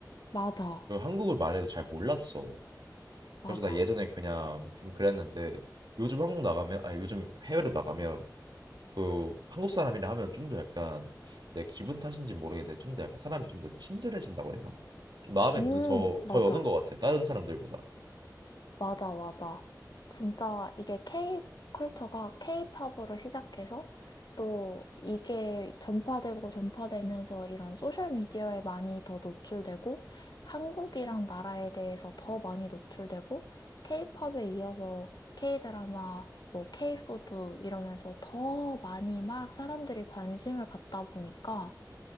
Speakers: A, on the left (about 70°); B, on the right (about 80°).
A: 맞아.
B: 그 한국을 말해도 잘 몰랐어. 그래서
A: 맞아.
B: 나 예전에 그냥 좀 그랬는데 요즘 한국 나가면 아니 요즘 해외로 나가면 그 한국 사람이라 하면 좀 더 약간 내 기분 탓인지 모르겠는데 좀 더 약간 사람이 좀 더 친절해진다고 해야 되나? 좀 마음의
A: 음,
B: 문을 더
A: 맞아.
B: 더 여는 것 같아 다른 사람들보다.
A: 맞아, 맞아. 진짜 이게 K 컬처가 K팝으로 시작해서 또 이게 전파되고 전파되면서 이런 소셜 미디어에 많이 더 노출되고 한국이랑 나라에 대해서 더 많이 노출되고 K팝에 이어서 K드라마, 뭐 K푸드 이러면서 더 많이 막 사람들이 관심을 갖다 보니까